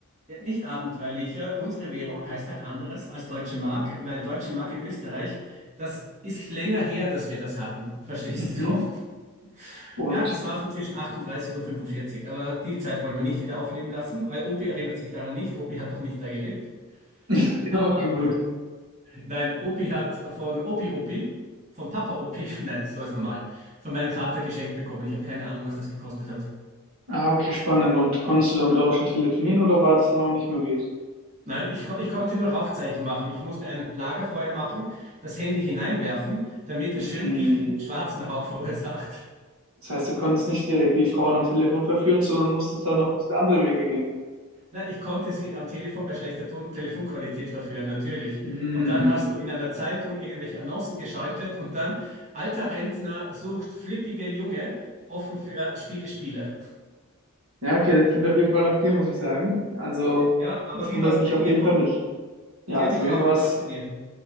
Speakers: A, on the right; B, on the right.
A: Ja, Nicht abenteuerlicher. Unsere Währung heißt halt anderes als Deutsche Mark, weil Deutsche Mark in Österreich, das ist länger her, dass wir das hatten. Verstehst
B: Mhm.
A: du? <laughs>
B: Und,
A: Ja, das war so zwischen 38 und 45. Aber die Zeit wollen wir nicht wieder aufleben lassen. Weil Opi erinnert sich daran nicht. Opi hat noch nicht da gelebt.
B: <laughs>
A: Aber
B: okay, gut.
A: nein, Opi hat von Opi Opi, von Papa Opi, <laughs> nein, so ist normal, von meinem Vater geschenkt bekommen. Ich habe keine Ahnung, was das gekostet hat.
B: Ah, okay, spannend. Und konntest du damit auch schon telefonieren oder war das dann auch nicht möglich?
A: Nein, ich, ko- ich konnte nur Rauchzeichen machen. Ich musste ein Lagerfeuer machen, das Handy hineinwerfen, damit es
B: Hm.
A: schön giftigen schwarzen Rauch verursacht.
B: Das heißt, du konntest nicht direkt die Frauen am Telefon verführen, sondern musstest da noch ein bisschen andere Wege gehen.
A: Na, ich konnte sie am Telefon bei schlechter Ton Telefonqualität verführen, natürlich.
B: Hm.
A: Und dann hast du in einer Zeitung irgendwelche Annoncen geschaltet und dann alter Rentner sucht flippige Junge, offen für viele Spiele.
B: Ja, okay, das klingt auf jeden Fall nach dir, muss ich sagen. Also,
A: Ja, aber
B: das
A: wie
B: wundert
A: war es
B: mich
A: bei dir?
B: auf jeden
A: Komm,
B: Fall nicht. Ja,
A: klär
B: also
A: mich
B: bei
A: auf,
B: mir war
A: wie
B: es,
A: war es bei dir?